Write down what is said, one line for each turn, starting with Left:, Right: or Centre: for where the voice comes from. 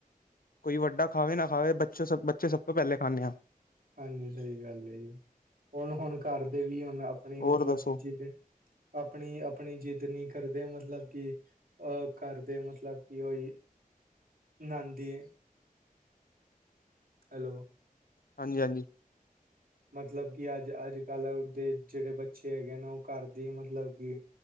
Left: ਕੋਈ ਵੱਡਾ ਖਾਵੇ ਨਾ ਖਾਵੇ, ਬੱਚੋਂ ਸਭ ਬੱਚੇ ਸਭ ਤੋਂ ਪਹਿਲੇ ਖਾਂਨੇ ਹਾਂ।
Right: ਹਾਂਜੀ, ਸਹੀ ਗੱਲ ਏ ਜੀ ਹੁਣ ਹੁਣ ਕਰਦੇ ਵੀ ਹੁਣ ਆਪ ਆਪਣੀ
Left: ਹੋਰ
Right: ਮਤਲਬ
Left: ਦੱਸੋ
Right: ਕਿ, ਜਿੱਦ ਆਪਣੀ ਆਪਣੀ, ਜਿੱਦ ਨੀ ਕਰਦੇ ਮਤਲਬ ਕਿ ਅਹ ਕਰਦੇ ਮਤਲਬ, ਕਿ ਉਈ ਨਾਦੀ ਏ ਹੈਲੋ
Left: ਹਾਂਜੀ ਹਾਂਜੀ
Right: ਮਤਲਬ, ਕਿ ਅੱਜ ਅੱਜ ਕੱਲ੍ਹ ਦੇ ਜਿਹੜੇ, ਬੱਚੇ ਹੈਗੇ ਨੇ ਉਹ ਘਰਦੀ ਮਤਲਬ‌ ਕਿ